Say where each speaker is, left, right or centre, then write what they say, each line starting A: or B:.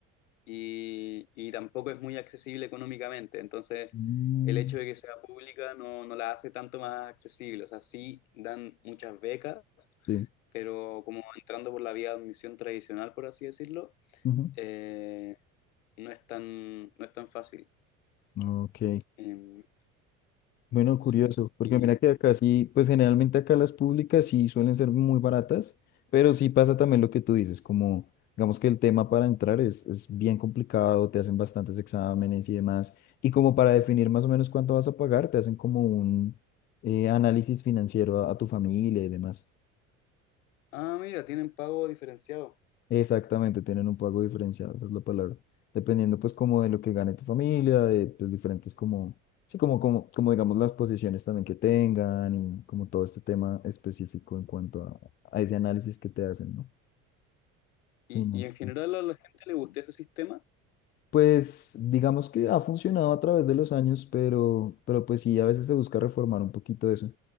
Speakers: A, on the left; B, on the left.
A: y, y tampoco es muy accesible económicamente. Entonces,
B: Mm,
A: el hecho de que sea pública no, no la hace tanto más accesible. O sea, sí dan muchas becas,
B: sí.
A: pero como entrando por la vía de admisión tradicional, por así decirlo,
B: Ujú.
A: eh, no es tan, no es tan fácil.
B: Ok.
A: Em,
B: Bueno, curioso,
A: sí.
B: porque
A: Y,
B: mira que acá sí, pues generalmente acá las públicas sí suelen ser muy baratas, pero sí pasa también lo que tú dices, como digamos que el tema para entrar es, es bien complicado, te hacen bastantes exámenes y demás, y como para definir más o menos cuánto vas a pagar, te hacen como un eh, análisis financiero a, a tu familia y demás.
A: ah, mira, tienen pago diferenciado.
B: Exactamente, tienen un pago diferenciado, esa es la palabra. Dependiendo pues como de lo que gane tu familia, de pues diferentes como, sí, como, como, como digamos las posiciones también que tengan y como todo este tema específico en cuanto a, a ese análisis que te hacen, ¿no?
A: Y,
B: Financiero.
A: y en general a la gente le gustó ese sistema.
B: Pues digamos que ha funcionado a través de los años, pero, pero pues sí, a veces se busca reformar un poquito eso.